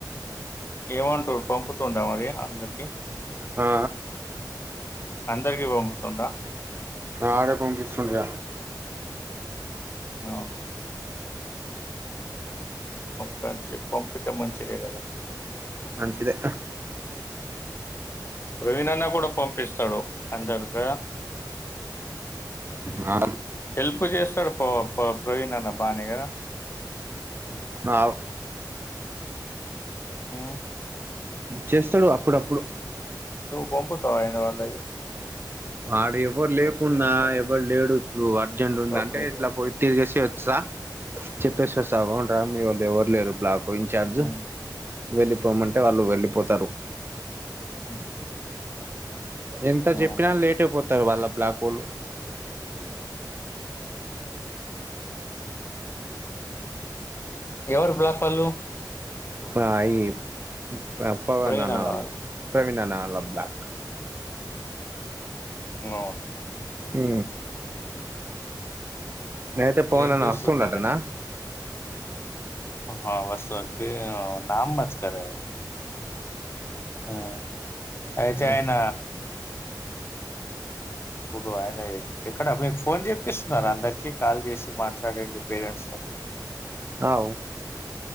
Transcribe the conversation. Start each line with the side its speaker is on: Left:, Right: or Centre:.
Left: ఏమంటురు పంపుతుండ్ర మరి అందరికి.
Right: ఆ
Left: అందరికి పంపుతుండా.
Right: ఆడే పంపిస్తుండుగా.
Left: అఓ పంచి పంపితే మంచిదే కదా
Right: మంచించిద
Left: ప్రవీణన్న కూడా పం పిస్తడు అంటర్ద
Right: ఆ
Left: హెల్ప్ చేస్తూ చేతాడు పో ప్రవీణ అన్న బానే కదా
Right: నా
Left: ఊ
Right: చేస్తాడు అప్పుడప్పుడు
Left: బొంపుతవాయన వాళ్ళది
Right: ఆడియో ఎవరు
Left: అప్పుడప్పుడు
Right: లేకున్నా
Left: చేస్తాడా
Right: ఎవరు లేడు ఇప్పుడు అర్జెంట్
Left: అప్పుడప్పుడే
Right: ఉంది అంటే ఇట్లా
Left: చేయాలి
Right: పోయి తిరిగేసి వచ్చ చెప్పేసి వస్తా బాగుంటదా మీ వాళ్ళు ఎవరు లేరు బ్లాక్ ఇన్ంచార్జ్
Left: ఉమ్.
Right: వెళ్లి పోమంటే వాళ్ళు వెళ్ళిపోతారు
Left: ఉమ్.
Right: ఎంత
Left: అవునా.
Right: చెప్పినా లేట్ పోతారు వాళ్ళ బ్లా కోళ్లు
Left: ఎవరు బ్లాకు పాళ్ళు
Right: బాయి అప్పవ
Left: ప్రవీణ్
Right: నా నావాల
Left: అన్న వాళ్ళు
Right: ప్రవీణ్ నాన్న వాళ్ల బ్లాక్
Left: ఊ అవును
Right: హు నేనైతే పవన్
Left: ఏం
Right: అన్న
Left: చేస్తుండు
Right: వసుతుడంటన్న
Left: ఆహా వస్తా నాంబాత్కరో హ అయితే
Right: ఉమ్,
Left: ఆయన ఇప్పుడు ఆయన ఎక్కడ మీకు ఫోన్ చేప్పస్తున్నారు అందరికిీ కాల్ చేసి మాట్లాడండి పేరెంట్స్ వా
Right: ఆవు